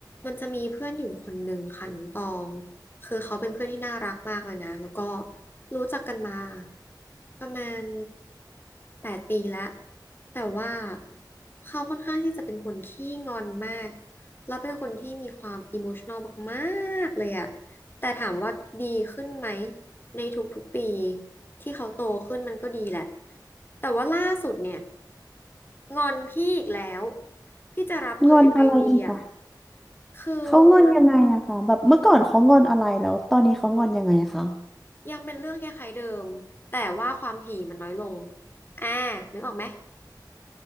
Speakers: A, on the left; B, in the centre.
A: มันจะมีเพื่อนอยู่คนหนึ่งค่ะน้องตองคือเขาเป็นเพื่อนที่น่ารักมากเลยนะแล้วก็รู้จักกันมาประมาณแปดปีแล้วแต่ว่าเขาค่อนข้างที่จะเป็นคนขี้งอนมากแล้วเป็นคนที่มีความอิโมชัน a ลมากๆเลยอะแต่ถามว่าดีขึ้นไหมในทุกๆปีที่เขาโตขึ้นมันก็ดีแหละแต่ว่าล่าสุดเนี่ยงอนพี่อีกแล้วพี่จะรับมือยังไงดีอะ
B: งอนอะไรอีกอะ
A: คือ
B: เขางอนยังไงอะคะแบบเมื่อก่อนเขางอนอะไรแล้วตอนนี้เขางอนยังไงอะคะ
A: ยังเป็นเรื่องคล้ายๆเดิมแต่ว่าความถี่มันน้อยลงอ่านึกออกไหม